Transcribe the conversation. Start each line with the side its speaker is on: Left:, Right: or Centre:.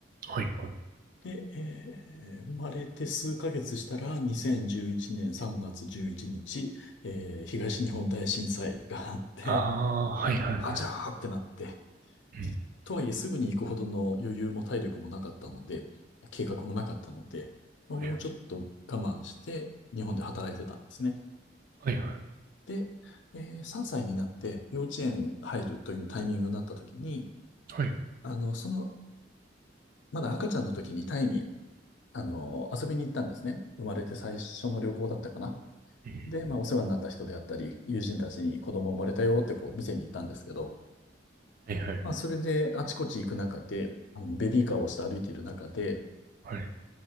Right: はいはい。
Left: で、えー生まれて数ヶ月したら、2011年3月11日、えー東日本大震災があって、
Right: ああ、はいはいはい。
Left: あちゃーってなって、
Right: うん
Left: とはいえ、すぐに行くほどの余裕も体力もなかったので、計画もなかったので、まあ、
Right: はいはい。
Left: もうちょっと我慢して、日本で働いてたんですね。
Right: はいはい。
Left: で、えー3歳になって幼稚園入るというタイミングになった時に、
Right: はい
Left: あの、その、まだ赤ちゃんの時にタイに、あの、遊びに行ったんですね。生まれて最初の旅行だったかな。
Right: うん
Left: で、まあ、お世話になった人であったり、友人たちに子供生まれたよってこう、店に行ったんですけど、
Right: はい。はいはいはい
Left: まあ、それであちこち行く中で、あの、ベビーカーをして歩いている中で、
Right: ああはいはいはい